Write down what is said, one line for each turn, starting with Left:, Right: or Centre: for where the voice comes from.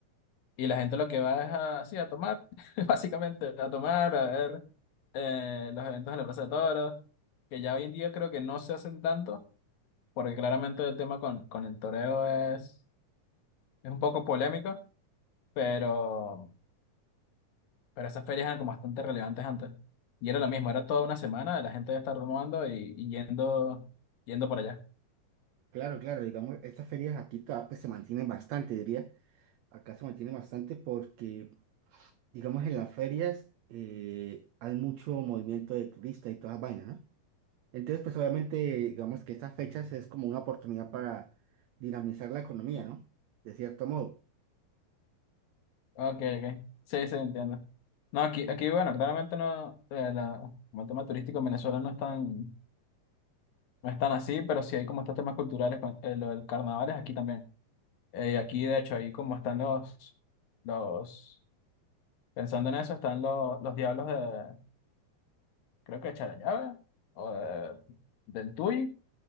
Left: Y la gente lo que va es a, así a tomar, <laughs> básicamente, a tomar, a ver eh, los eventos en la Plaza de Toros, que ya hoy en día creo que no se hacen tanto, porque claramente el tema con, con el toreo es, es un poco polémico, pero, pero esas ferias eran como bastante relevantes antes. Y era lo mismo, era toda una semana de la gente de estar tomando y, y yendo, yendo por allá.
Right: Claro, claro, digamos, estas ferias aquí todavía, pues, se mantienen bastante, diría. Acá se mantienen bastante porque digamos, en las ferias eh, hay mucho movimiento de turistas y todas esas vainas, ¿no? Entonces, pues obviamente, digamos que estas fechas es como una oportunidad para dinamizar la economía, ¿no? De cierto modo.
Left: Ok, ok. Sí, sí, entiendo. No, aquí, aquí, bueno, claramente no, eh, la- como el tema turístico en Venezuela no es tan, no es tan así, pero sí hay como estos temas culturales, con, eh, lo del carnaval es aquí también. Eh, aquí, de hecho, ahí como están los, los, pensando en eso, están los, los diablos de, creo que de Charallave, o de- del Tuy,